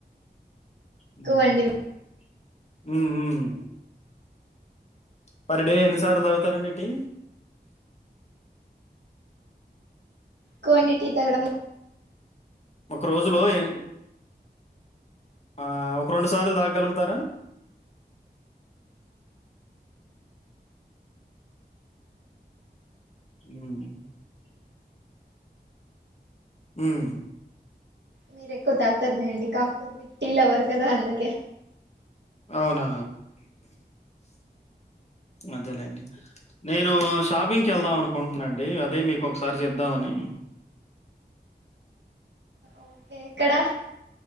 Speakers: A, on the right (about 85°); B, on the left (about 40°).
A: ఎక్కువండి
B: ఉమ్ ఉమ్ పర్ డే ఎన్నిసార్లు తాగుతారండి టీ
A: కోండి టీ తాగడం
B: ఒక రోజులో ఏ ఆ ఒక రెండు సార్లు తాగగలుగుతారా
A: అ
B: ఉమ్ ఉమ్
A: మీరు ఎక్కువ తాకుతారులేండి కాఫీ మి టీ లవర్ కదా అందుకే
B: అవునా అదేలేండి నేను శు షాపింగ్కి వెళ్దాం అనుకుంటున్నాండి అదే మీకు ఒకసారి చెప్దామని
A: ఓకే ఎక్కడ